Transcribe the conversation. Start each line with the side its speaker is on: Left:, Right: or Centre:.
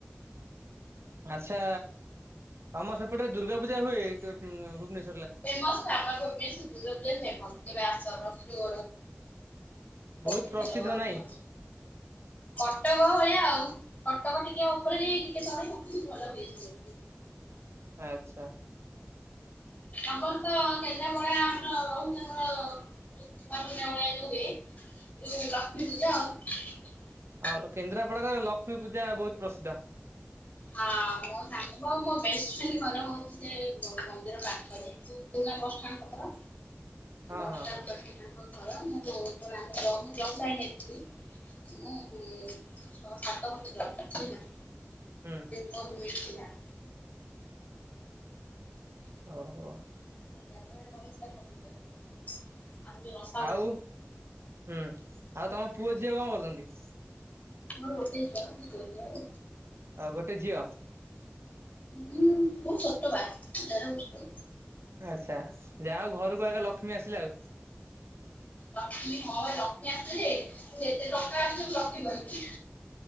Right: ଆଚ୍ଛା ତମ ସେପଟରେ ଦୁର୍ଗା ପୂଜା ହୁଏ ଭୁବନେଶ୍୍ୱର
Left: ଫେମସ ଫ ଆମର ଭ ଫେମ ବ୍ୟାସର ମ ମ୍ୱ
Right: ବହୁତ
Left: <unintelligible>
Right: ପ୍ରସିଦ୍ଧ
Left: ହଲୋ
Right: ନାଇଁ
Left: ଆ ସ କଟକ ଭଳିଆ ଆଉ କଟକ ଟିକେ ଉପରେ ଯ ଟିକେ ତଣ ମତେ ବ ଭଲ ହୁଏସ
Right: ଆଚ୍ଛା
Left: ଆମର ତ କେଦ୍ରାପଡ଼ା ଆମର ରହୁଛି ଆମର ଦ ଲୁବେ ଲୁ ରଖମି ଲକ୍ସମି ଯାଅ
Right: ହଁଲ କେନ୍ଦ୍ରାପଡ଼ାରେ ଲକ୍ଷ୍ମୀ ପୂଜା ବହୁତ ପ୍ରସିଦ୍ଧ
Left: ହଁ ମୋ ସାଙ୍ଗ ମୋ ବେଷ୍ଟ ଫ୍ରେଣ୍ଡ ଘର ହଉଛି ସେ ମନ୍ଦିର ପାଖରେ ଲୁା ବସ୍ଷ୍ଟାଣ୍ଡ ପାଖର
Right: ହଁ
Left: ବସ୍ଷ୍ଟାଣ୍ଡ
Right: ହଁ ହଁ
Left: ପାକି ତାଙ୍କ ହଁ ମୁଁ ଆମେ ମୁଁ ଯ କାଇ ଯାଇଥିଲି <unintelligible> ମୁଁଛଅ ସାତ ବଣ୍ଟେ ଯବ କରିଥିଲିନା
Right: ହୁଁ
Left: ମମିଥିଲା
Right: ଓହୋ
Left: <unintelligible>
Right: ଆଉ ହୁଁ ଆଉ ତମ ପୁଅ ଝିଅ କଣ କରୁଛନ୍ତି?
Left: ମୋର ଗୋଟେ ଛୁଆ
Right: ଆଉ ଗୋଟେ ଝିଅ
Left: କହୁ ବହୁ ସତ ବା ଦେଢ଼ ବର୍ଷ
Right: ଆଚ୍ଛା ଯାହାଉ ଘରକୁ ଆଗେ ଲକ୍ଷ୍ମୀ ଆସିଲା ଆଉ
Left: ଲକ୍ଷ୍ମୀ ହଁ ଲକ୍ଷ୍ମୀ ଆସିଲେ ତୁ ଏତେ ଟଙ୍କା ଆସ ରଖିବି